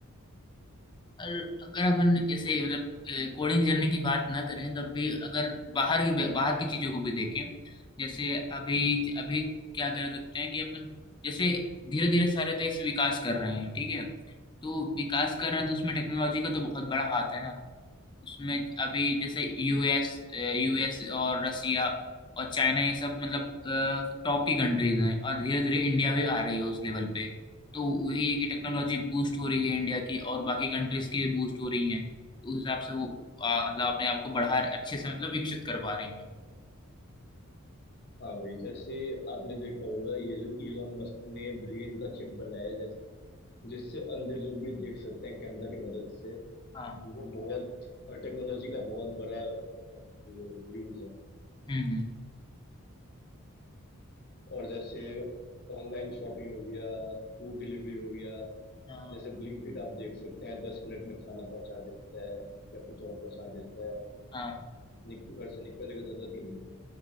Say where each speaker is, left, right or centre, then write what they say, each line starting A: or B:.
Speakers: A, on the left; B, on the left.
A: और अगर अपन ऐसे मतलब कोडिंग जर्नी की बात ना करें तब भी अगर बाहर की बाहर की चीजों को भी देखें जैसे अभी अभी क्या कर सकते हैं कि अपन जैसे धीरे धीरे सारे देश विकास कर रहे हैं ठीक है तो विकास कर रहे हैं तो उसमें टेक्नोलॉजी का तो बहुत बड़ा हाथ है ना उसमें अभी जैसे यूएस यूएस और रसिया और चाइना ये सब मतलब टॉप की कंट्रीज हैं और धीरे धीरे इंडिया भी आ रही है उस लेवल पे तो वही है कि टेक्नोलॉजी बूस्ट हो रही है इंडिया की और बाकी कंट्रीज की बूस्ट हो रही हैं तो उस हिसाब से वो आ, मतलब अपने आप को बढ़ा अच्छे से मतलब विकसित कर पा रही हैं
B: हाँ भाई जैसे आपने देखा होगा ये जो इलॉन मस्क ने ब्रेन का चिप बनाया जैस जिससे अंधे लोग भी देख सकते हैं कैमरा की मदद से
A: हाँ
B: वो बहुत टेक्नोलॉजी का बहुत बड़ा वो यूज है
A: हम्म हम्म
B: और जैसे ऑनलाइन शॉपिंग हो गया फूड डिलीवरी हो गया
A: हाँ
B: जैसे ब्लिंकिट आप देख सकते हैं दस मिनट में खाना पहुंचा देता है या कुछ और पहुंचा देता है
A: हाँ
B: निक- घर से निकलने की जरूरत ही नहीं है